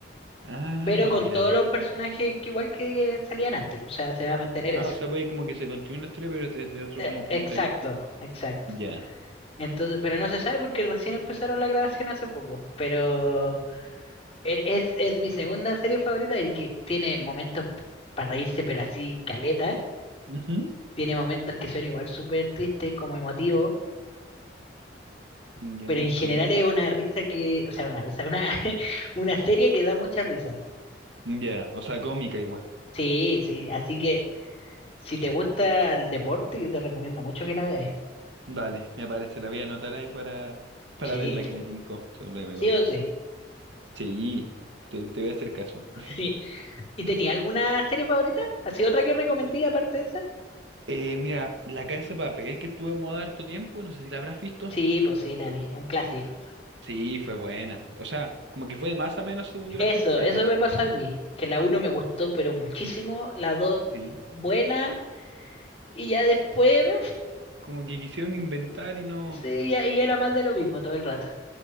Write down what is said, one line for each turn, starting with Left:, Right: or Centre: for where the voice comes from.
Right: Ah,
Left: pero con
Right: ya.
Left: todos los personajes que igual que salían antes, o sea, se va a mantener
Right: Ah,
Left: eso.
Right: o sea, puede como que se continúe la historia, pero desde otro
Left: Eh,
Right: como punto
Left: exacto,
Right: de vista.
Left: exacto.
Right: Ya.
Left: Entonces, pero no se sabe porque recién empezaron la grabación hace poco, pero e- es, es mi segunda serie favorita y que tiene momentos para reírse, pero así caleta,
Right: Ujú.
Left: tiene momentos que son igual súper tristes, como emotivos
Right: Ya,
Left: pero en
Right: entiendo.
Left: general es una risa que, o sea, una risa, una, <laughs> una serie que da mucha risa.
Right: Ya, o sea, cómica igual.
Left: Sí, sí, así que si te gusta el deporte, yo te recomiendo mucho que la veas.
Right: Dale, me parece, la voy a anotar ahí para, para
Left: Sí,
Right: ver la que me tincó, según lo que me
Left: sí
Right: contaste.
Left: o sí. <laughs>
Right: Sí, te, te voy a hacer caso. <laughs>
Left: Sí. ¿Y tenía alguna serie favorita? ¿Así otra que recomendé aparte de esa?
Right: Eh, mira, la Casa de Papel que estuvo en moda harto tiempo, no sé si la habrás visto.
Left: Sí, pues sí, la vi, un clásico.
Right: Sí, fue buena. O sea, como que fue de más a menos según yo
Left: Eso,
Right: las temporadas.
Left: eso me pasó a mí, que la uno me gustó, pero muchísimo, la 2
Right: Sí.
Left: buena, y ya después, <laughs> mm,
Right: Como que quisieron inventar y no.
Left: sí, ya, y era más de lo mismo todo el rato.